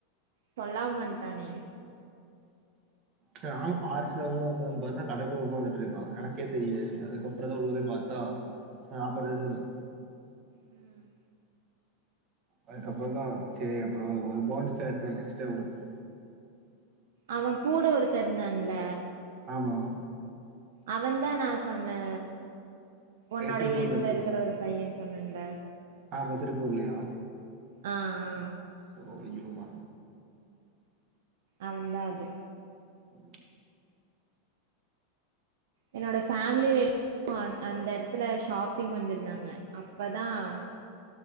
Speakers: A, on the right; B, on the right.
A: சொல்லாம வண்டானே
B: சே ஆளு பார்சல் வாங்க வந்தானு பாத்தா கடகுள்ள உக்காந்துட்ருக்கா எனக்கே தெரியாது அதுக்கப்புறோ ட்ராத உள்ள போய் பாத்தா சாப் ப்பரேதுனா
A: ம்
B: அதுக்கப்புறோதா சேரி அப்புறோ ஒரு போண்ட் சேட் ஒன்னு எக்ஸ்ட்ரா குடுத்தே
A: அவ கூட ஒருத்த இருந்தான்ல்ல
B: ஆமா
A: அவதா நா சொன்னே உன்னோட
B: ஏ திருப்பூர்ல
A: ஏஜ்ல
B: இருக்கவனா
A: இருக்கிற ஒரு பையன் சொன்னே இண்ட்
B: ஆமா திருப்பூர்ல்லையா
A: ஆ ஆ
B: ஓ ஐய்யோமா
A: அது தான் அது
B: பு
A: என்னோட ஃபேமிலி அந்த இடத்துல ஷாப்பிங் வந்திருந்தாங்க அப்பதான்